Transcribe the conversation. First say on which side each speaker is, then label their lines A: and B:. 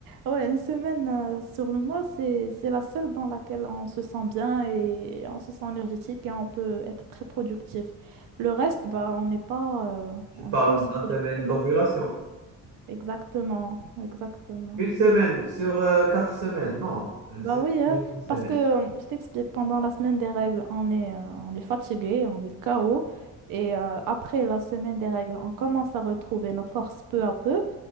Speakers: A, on the right; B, on the right.
A: Ouais, une semaine euh, sur le mois, c'est, c'est la seule dans laquelle on se sent bien et on se sent énergétique et on peut être très productif. Le reste, bah, on n'est pas, euh,
B: Tu
A: on
B: parles
A: n'est pas aussi
B: de la
A: productif.
B: semaine de l'ovulation.
A: hein. Exactement, exactement.
B: Une semaine sur euh, quatre semaines. Non, euh,
A: Bah
B: c'est
A: oui, hein,
B: plus qu'une semaine.
A: parce que euh, je t'explique, pendant la semaine des règles, on est, euh, on est fatigué, on est KO. Et euh, après la semaine des règles, on commence à retrouver nos forces peu à peu.